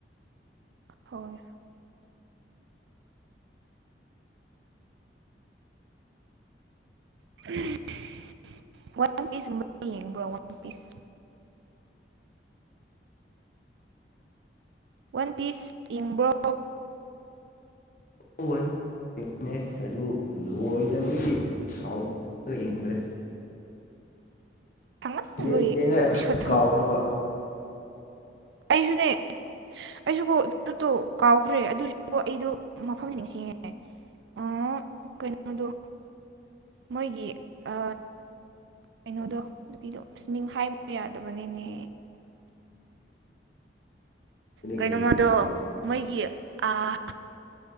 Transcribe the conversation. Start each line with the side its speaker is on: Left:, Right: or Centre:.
Right: ꯍꯣꯏ <unintelligible> ꯄꯤꯁ ꯋꯥꯟ ꯄꯤꯁ ꯌꯦꯡꯕ꯭ꯔꯣ
Left: ꯎꯋꯟ ꯌꯦꯡꯉꯝꯃꯦ ꯑꯗꯨ ꯂꯣꯏꯗꯕꯒꯤ ꯁꯥꯎ <unintelligible> ꯌꯦꯡꯗ꯭ꯔꯦ
Right: ꯁꯥꯡꯃꯟꯕꯒꯤ
Left: ꯌꯦꯡ ꯌꯦꯡꯉ ꯑꯦꯄꯤꯁꯣꯠ
Right: ꯑꯦꯄꯤꯁꯣꯠꯇꯣ
Left: ꯀꯥꯎꯈ꯭ꯔꯕ
Right: ꯑꯩꯁꯨꯅꯦ ꯑꯩꯁꯨꯀꯣ <unintelligible> ꯀꯥꯎꯈ꯭ꯔꯦ ꯑꯗꯨꯁꯨ ꯑꯩꯗꯨ ꯃꯐꯝꯗꯤ ꯅꯤꯡꯁꯤꯡꯉꯦ ꯑ ꯀꯩꯅꯣꯗꯨ ꯃꯣꯏꯒꯤ ꯑ ꯀꯩꯅꯣꯗꯣ ꯅꯨꯄꯤꯗꯣ ꯑꯁ ꯃꯤꯡ ꯍꯥꯏꯕ ꯌꯥꯗꯕꯅꯤꯅꯦ ꯀꯩꯅꯣꯝꯃꯗꯣ
Left: ꯀꯩꯁꯨ ꯀꯥꯏꯗꯦ
Right: ꯃꯣꯏꯒꯤ ꯑꯥ